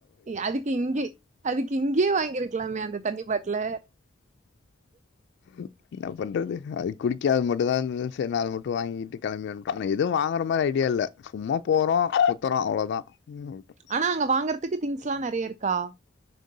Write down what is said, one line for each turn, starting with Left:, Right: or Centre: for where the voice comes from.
Right: அதுக்கு இங்கி அதுக்கு இங்கேயே வாங்கிருக்குலாமே அந்த தண்ணி பாட்ல
Left: <unintelligible> என்ன பண்றது அது குடிக்க மட்டுதா இருந்துது சரி நா அத மட்டு வாங்கிட்டு கெளம்பி வன்ட்ட ஆன எதுவு வாங்குற மாதிரி ஐடியா இல்ல சும்மா போறோ சுத்துறோ அவ்ளோதா ம் ஆவுட்டு
Right: ஆனா அங்க வாங்கறதுக்கு திங்ஸ்ல்லா நெறைய இருக்கா